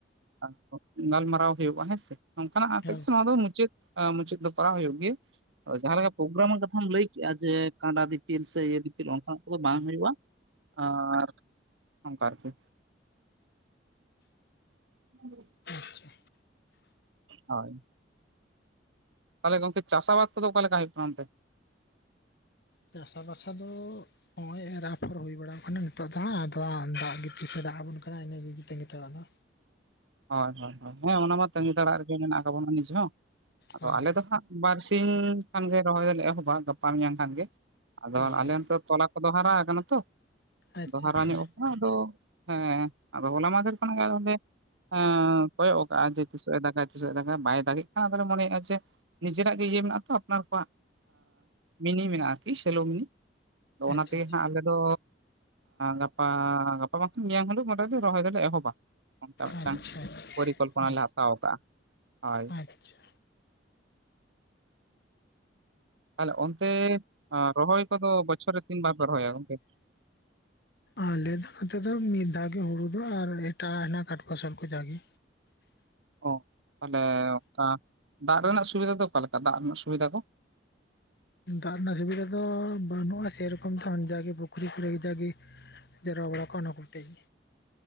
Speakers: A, on the right; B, on the left.
A: <unintelligible> ᱜᱟᱞᱢᱟᱨᱟᱣ ᱦᱩᱭᱩᱜᱼᱟ ᱦᱮᱸᱥᱮᱸ ᱱᱚᱝᱠᱟᱱᱟᱜ ᱦᱟᱛᱮᱡ
B: ᱦᱳᱭ
A: ᱛᱮ ᱱᱚᱣᱟ ᱫᱚ ᱢᱩᱪᱟᱹᱫ ᱢᱩᱪᱟᱹᱫ ᱫᱚ ᱠᱚᱨᱟᱣ ᱦᱩᱭᱩᱜ ᱜᱮ ᱡᱟᱦᱟᱸᱞᱮᱠᱟ ᱯᱨᱳᱜᱨᱟᱢ ᱠᱟᱛᱷᱟᱢ ᱞᱟᱹᱭ ᱠᱮᱫᱼᱟ ᱡᱮ ᱠᱟᱸᱰᱟ ᱫᱤᱯᱤᱞ ᱥᱮ ᱤᱭᱟᱹ ᱫᱤᱯᱤᱞ ᱚᱱᱠᱟᱱᱟᱜ ᱠᱚᱫᱚ ᱵᱟᱝ ᱦᱩᱭᱩᱜᱼᱟ ᱟᱨ ᱚᱱᱠᱟ ᱟᱨᱠᱤ <unintelligible>
B: ᱟᱪᱪᱷᱟ
A: ᱦᱚᱭ ᱛᱟᱦᱚᱞᱮ ᱜᱚᱢᱠᱮ ᱪᱟᱥ-ᱟᱵᱟᱫ ᱠᱚᱫᱚ ᱚᱠᱟ ᱞᱮᱠᱟ ᱦᱩᱭᱩᱜ ᱠᱟᱱᱟ ᱚᱱᱛᱮ
B: ᱪᱟᱥᱟᱵᱟᱥᱟ ᱫᱚ ᱱᱚᱜ-ᱚᱭ ᱮᱨ-ᱟᱯᱷᱚᱨ ᱦᱩᱭ ᱵᱟᱲᱟᱣ ᱟᱠᱟᱱᱟ ᱱᱤᱛᱚᱜ ᱫᱚ ᱦᱟᱸᱜ ᱟᱫᱚ ᱦᱟᱸᱜ ᱫᱟᱜ-ᱜᱮ ᱛᱤᱥᱮ ᱫᱟᱜ ᱟᱵᱚᱱ ᱠᱟᱱᱟ ᱤᱱᱟᱹᱜᱮ ᱛᱟᱜᱤ ᱛᱟᱲᱟᱜ ᱫᱚ
A: ᱦᱚᱭ ᱦᱚᱭ ᱦᱚᱭ ᱦᱮᱸ ᱚᱱᱟᱢᱟ ᱛᱟᱺᱝᱜᱤ ᱛᱟᱲᱟᱜ ᱨᱮᱜᱮ ᱢᱮᱱᱟᱜ ᱠᱟᱜ ᱵᱚᱱᱟ ᱱᱤᱡ ᱦᱚᱸ ᱟᱫᱚ
B: ᱦᱳᱭ
A: ᱟᱞᱮ ᱫᱚ ᱦᱟᱸᱜ ᱵᱟᱨᱥᱤᱧ ᱠᱷᱟᱱᱜᱮ ᱨᱚᱦᱚᱭ ᱫᱚᱞᱮ ᱮᱦᱚᱵᱚᱜᱼᱟ ᱜᱟᱯᱟ ᱢᱮᱭᱟᱝ ᱠᱷᱟᱱᱜᱮ ᱟᱫᱚ
B: ᱵᱟᱵᱟᱨᱮ
A: ᱟᱞᱮ ᱱᱚᱛᱮ ᱛᱚᱞᱟ ᱠᱚᱫᱚ ᱦᱟᱨᱟ ᱠᱟᱱᱟ ᱛᱚ᱾
B: ᱟᱪᱪᱷᱟ
A: ᱟᱫᱚ ᱦᱟᱨᱟ
B: ᱟᱪᱪᱷᱟ
A: ᱧᱚᱜ ᱠᱟᱱᱟ ᱟᱫᱚ ᱦᱮᱸ ᱟᱫᱚ ᱦᱚᱞᱟ ᱢᱟᱦᱫᱷᱮᱨ ᱠᱷᱚᱱᱟᱜ ᱜᱮ ᱮᱸ ᱠᱚᱭᱚᱜ ᱠᱟᱜᱼᱟ ᱡᱮ ᱛᱤᱥᱚᱜ ᱮ ᱫᱟᱜᱟᱭ ᱛᱤᱥᱚᱜ ᱮ ᱫᱟᱜᱟᱭ ᱵᱟᱭ ᱫᱟᱜᱮᱫ ᱠᱷᱟᱱ ᱟᱫᱚᱞᱮ ᱢᱚᱱᱮᱭᱮᱜᱼᱟ ᱞᱮ ᱡᱮ ᱱᱤᱡᱮᱨᱟᱜ ᱜᱮ ᱤᱭᱟᱹ ᱢᱮᱱᱟᱜ ᱛᱚ ᱟᱯᱱᱟᱨ ᱠᱚᱣᱟᱜ ᱢᱤᱱᱤ ᱢᱮᱱᱟᱜᱼᱟ ᱟᱨᱠᱤ ᱥᱮᱞᱳ ᱢᱤᱱᱤ᱾ ᱛᱚ ᱚᱱᱟ
B: ᱟᱪᱪᱷᱟ
A: ᱛᱮᱜᱮ ᱦᱟᱸᱜ ᱟᱞᱮ ᱫᱚ ᱜᱟᱯᱟ ᱜᱟᱯᱟ ᱵᱟᱝᱠᱷᱟᱱ ᱢᱮᱭᱟᱝ ᱦᱤᱞᱳᱜ ᱢᱚᱴᱟᱢᱩᱴᱤ ᱨᱚᱦᱚᱭ ᱫᱚᱞᱮ ᱮᱦᱚᱵᱟ ᱚᱱᱠᱟ ᱢᱤᱫᱴᱟᱝ
B: ᱟᱪᱪᱷᱟ
A: ᱯᱚᱨᱤᱠᱚᱞᱯᱚᱱᱟ
B: ᱟᱪᱪᱷᱟ
A: ᱞᱮ ᱦᱟᱛᱟᱣ ᱠᱟᱜᱼᱟ ᱦᱳᱭ᱾
B: ᱟᱪᱪᱷᱟ
A: ᱛᱟᱦᱚᱞᱮ ᱚᱱᱛᱮ ᱨᱚᱦᱚᱭ ᱠᱚᱫᱚ ᱵᱚᱪᱷᱚᱨ ᱨᱮ ᱛᱤᱱ ᱵᱟᱨ ᱯᱮ ᱨᱚᱦᱚᱭᱟ ᱜᱚᱝᱠᱮ?
B: ᱟᱞᱮ ᱫᱚ ᱱᱚᱛᱮ ᱫᱚ ᱢᱤᱫ ᱫᱷᱟᱣ ᱜᱮ ᱦᱩᱲᱩ ᱫᱚ, ᱟᱨ ᱮᱴᱟᱜ ᱦᱮᱱᱟᱜ ᱠᱟᱴ ᱯᱷᱚᱥᱚᱞ ᱠᱚ ᱡᱟᱜᱮ᱾
A: ᱚ ᱛᱟᱦᱚᱞᱮ ᱚᱱᱠᱟ ᱫᱟᱜ ᱨᱮᱱᱟᱜ ᱥᱩᱵᱤᱫᱟ ᱫᱚ ᱚᱠᱟᱞᱮᱠᱟ, ᱫᱟᱜ ᱨᱮᱱᱟᱜ ᱥᱩᱵᱤᱫᱷᱟ ᱫᱚ?
B: ᱫᱟᱜ ᱨᱮᱱᱟᱜ ᱥᱩᱵᱤᱫᱷᱟ ᱫᱚ ᱵᱟᱹᱱᱩᱜᱼᱟ ᱥᱮᱨᱚᱠᱚᱢ ᱫᱚ ᱡᱟᱜᱮ ᱯᱩᱠᱷᱨᱤ ᱠᱚᱨᱮ ᱡᱟᱜᱮ᱾ ᱡᱟᱣᱨᱟ ᱵᱟᱲᱟ ᱠᱚᱜᱼᱟ ᱚᱱᱟ ᱠᱚᱛᱮ ᱜᱮ᱾